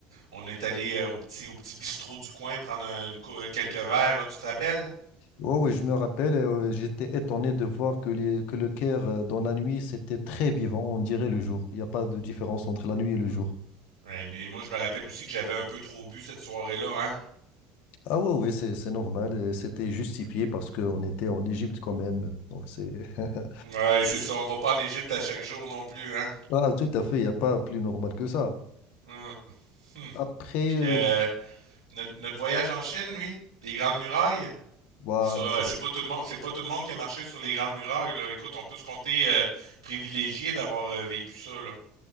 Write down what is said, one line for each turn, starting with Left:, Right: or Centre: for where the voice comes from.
Right: On est allé euh, au petit, au petit bistrot du coin prendre un- une cou- quelques verres, là, tu te rappelles?
Left: Oh, oui, je me rappelle, euh, j'étais étonné de voir que, les, que le Caire, euh, dans la nuit, c'était très vivant, on dirait le jour. Il n'y a pas de différence entre la nuit et le
Right: Mm.
Left: jour.
Right: Ouais, mais moi, je me rappelle aussi que j'avais un peu trop bu cette soirée-là, hein?
Left: Ah ouais, oui, c'est c'est normal. et C'était justifié parce qu'on était en Égypte quand même. Donc c'est... <laughs>
Right: Ouais, c'est ça, on va pas en Égypte à chaque jour non plus, hein?
Left: Ah, tout à fait, il n'y a pas plus normal que ça.
Right: Hum, hum.
Left: Après,
Right: Puis,
Left: euh,
Right: euh, notre, notre voyage en Chine, lui, les grandes murailles,
Left: voilà.
Right: ça,
Left: c'est-
Right: c'est pas tout le monde, c'est pas tout le monde qui a marché sur les grandes murailles, là. Écoute, on peut se compter euh, privilégié d'avoir euh, vécu ça, là.